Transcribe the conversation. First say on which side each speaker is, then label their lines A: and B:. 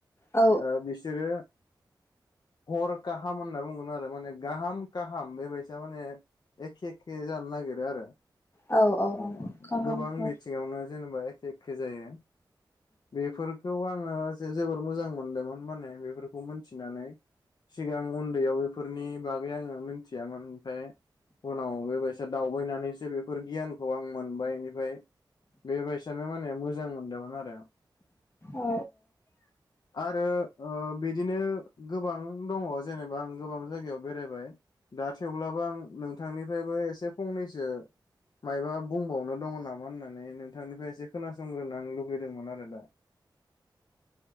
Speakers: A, on the left; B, on the left.
A: औ
B: ओ बिसोरो हर काहाम होनना बुंगोन आरो माने गाहाम काहाम बेबायसा माने एखे इदि जानो नागिरो आरो
A: औ
B: अ
A: औ
B: अ
A: गाहाम
B: गोबां
A: हर
B: बिथिङावनो जेनेबा एखे-एखे जायो बेफोरखौ आङो जे जोबोर मोजां मोनदोंमोन माने बेफोरखौ मोनथिनानै सिगां उन्दैयाव बेफोरनि बागै आङो मोनथियामोन ओमफ्राय उनाव बे बायसा दावबायनानैसो बेफोर गियानखौ आं मोनबाय एनिफ्राय बेबायसानो माने मोजां मोन दोमोन आरो
A: औ
B: आरो ओ बिदिनो गोबां दङ जेनेबा आं गोबां जायगायाव बेरायबाय दा थेवब्लाबो आं नों थांनिफ्रायबो से फंनैसो मायबा बुंबावनो दङ नामा होननानै नोंथांनिफ्राय एसे खोनासंग्रोन आं लु बैदोंमोन आरो दा